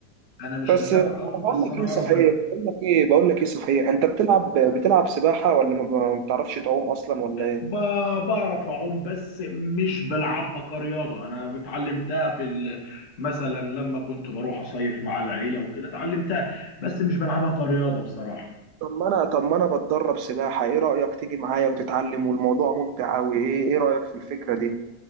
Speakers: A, on the left; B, on the right.
A: انا مش
B: بس
A: متابع قوي
B: بقول
A: بس
B: لك
A: انا
B: ايه
A: اعرف
B: صحيح
A: ان
B: بقول لك ايه بقول لك ايه صحيح انت بتلعب بتلعب سباحه ولا ما ب- ما بتعرفش تعوم اصلا ولا ايه
A: ب- بعرف اعوم بس مش بلعبها كرياضه انا اتعلمتها في ال... مثلا لما كنت بروح اصيف مع العيله وكده اتعلمتها بس مش بلعبها كرياضه بصراحه
B: طب ما انا طب ما انا بتدرب سباحه ايه رايك تيجي معايا وتتعلم والموضوع ممتع قوي ايه ايه رايك في الفكره دي